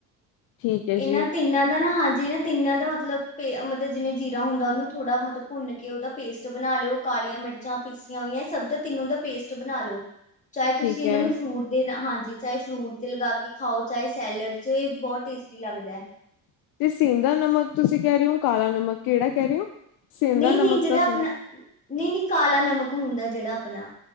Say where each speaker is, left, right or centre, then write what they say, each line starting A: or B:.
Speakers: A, on the left; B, on the left.
A: ਠੀਕ। ਹੈ
B: ਏਹਨਾਂ
A: ਜੀ
B: ਤਿੰਨਾਂ ਦਾ ਨਾ, ਹਾਂਜੀ ਏ ਤਿੰਨਾਂ ਦਾ ਮਤਲਬ ਪੇ ਮਤਲਬ, ਜਿਵੇਂ ਜੀਰਾ ਹੁੰਦਾ ਉਹਨੂੰ ਥੋੜਾ ਮਤਲਬ ਭੁੰਨ ਕੇ, ਉਦਾ ਪੇਸਟ ਬਣਾ ਲੇਓ। ਕਾਲੀਆਂ ਮਿਰਚਾਂ ਪੀਸੀਆਂ ਹੋਈਆਂ, ਇਹ ਸਭ ਦਾ ਤਿੰਨੋ ਦਾ ਪੇਸਟ ਬਣਾਲੋ। ਚਾਹੇ ਤੁਸੀਂ
A: ਠੀਕ
B: ਇਹਨਾਂ
A: ਹੈ
B: ਨੂੰ ਫਰੂਟ ਹਾਂਜੀ, ਚਾਹੇ ਫਰੂਟ' ਤੇ ਲਗਾ ਕੇ ਖਾਓ, ਚਾਹੇ ਸੈਲਡ 'ਚ, ਬੋਤ ਟੇਸਟੀ ਲੱਗਦਾ।
A: ਤੇ ਸਿੰਦਾ ਨਮਕ ਤੁਸੀਂ ਕੈਰਹੇ ਹੋ, ਕਾਲਾ ਨਮਕ, ਕੇਹੜਾ ਕੈਰਹੇ ਹੋ? ਸੇਂਦਾ
B: ਨਈ
A: ਨਮਕ
B: -ਨਈ, ਜੇਹੜਾ
A: ਤਾਂ ਸੁਣੋ
B: ਆਪਣਾ ਨਈ- ਨਈ, ਕਾਲਾ ਨਮਕ ਹੁੰਦਾ ਜਿਹੜਾ ਆਪਣਾ,